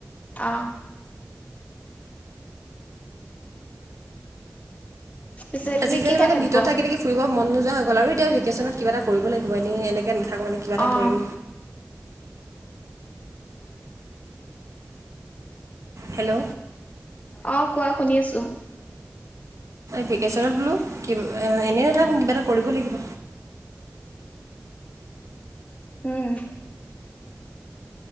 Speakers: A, on the left; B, on the right.
A: অ', পিছে তুমি
B: আজিকালি
A: কি খাই
B: মানে
A: ভাল
B: ভিতৰত
A: পোৱা?
B: থাকি থাকি ফুৰিব মন নোযোৱা হৈ গ'ল আৰু এতিয়া ভিকেশ্যনত কিবা এটা কৰিব লাগিব। এনে এনে কে নাথাকো মানে কিবা এটা
A: অ',
B: কৰিম। হেল্ল'?
A: অ কোৱা, শুনি আছো?
B: ভিকেশনত বোলো কিব এনে নাথাকোঁ, কিবা এটা কৰিব লাগিব।
A: উম।